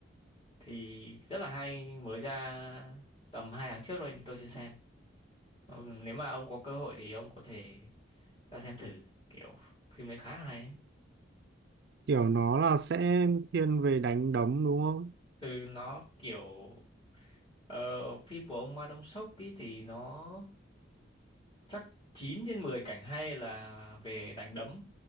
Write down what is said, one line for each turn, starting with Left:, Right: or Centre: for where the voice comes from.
Left: thì rất là hay mới ra tầm hai tháng trước rồi nhưng tôi chưa xem. Ừ, Nếu mà ông có cơ hội thì ông có thể ra xem thử kiểu phim đấy khá hay ấy.
Right: kiểu nó là sẽ thiên về đánh đấm đúng không?
Left: Ừ, nó kiểu Ờ, phim của ông Ma Đông Sốc ý thì nó chắc 9 trên 10 cảnh hay là về đánh đấm.